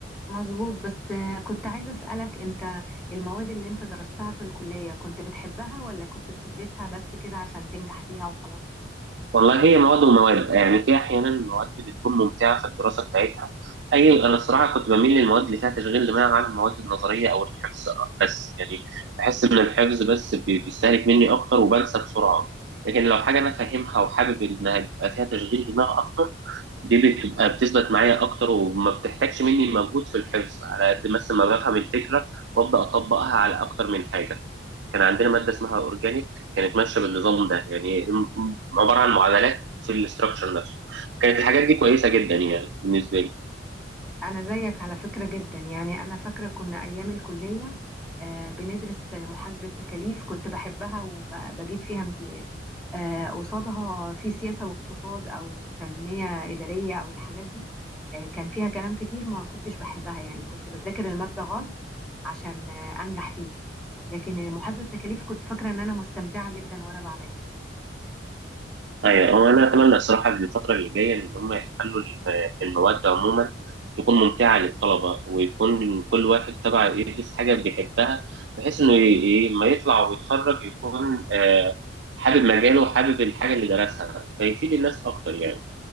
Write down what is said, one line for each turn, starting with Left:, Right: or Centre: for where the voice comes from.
Centre: مظبوط بس آه، كنت عايزة أسألك أنت المواد اللي أنت درستها في الكلية كنت بتحبها ولا كنت بتدرسها بس كده عشان تنجح فيها وخلاص؟
Right: والله هي مواد ومواد يعني في احيانا مواد بتكون ممتعه في الدراسه بتاعتها اي انا الصراحه كنت بميل للمواد اللي فيها تشغيل دماغ عن المواد النظريه او الحفظ بس يعني بحس ان الحفظ بس بي- بيستهلك مني اكتر وبنسى بسرعه لكن لو حاجه انا فاهمها وحابب انها يبقى فيها تشغيل دماغ اكتر دي بتبقى بتثبت معايا اكتر وما بتحتاجش مني مجهود في الحفظ على قد مثلا ما بفهم الفكره وابدا اطبقها على اكتر من حاجه كان عندنا ماده اسمها اورجانيك كانت ماشيه بالنظام ده يعني م- عباره عن معادلات في الاستراكشر نفسه كانت الحاجات دي كويسه جدا يعني بالنسبه لي
Centre: أنا زيك على فكرة جدا يعني أنا فاكرة كنا أيام الكلية آه، بندرس محاسبة تكاليف كنت بحبها وبجيب فيها امتياز آه، قصادها في سياسة واقتصاد أو تنمية إدارية أو الحاجات دي آه، كان فيها كلام كتير ما كنتش بحبها يعني كنت بذاكر المادة غصب عشان آه، أنجح فيها لكن محاسبة التكاليف كنت فاكرة إن أنا مستمتعة جدا وأنا بعملها
Right: ايوه هو انا اتمنى الصراحه إن الفتره اللي جايه ان هم يخلوا الم- المواد عموما تكون ممتعه للطلبه ويكون كل واحد تبع يدرس حاجه بيحبها بحيث انه ي- ي- لما يطلع ويتخرج يكون آه، حابب مجاله وحابب الحاجه اللي درسها فيفيد الناس اكتر يعني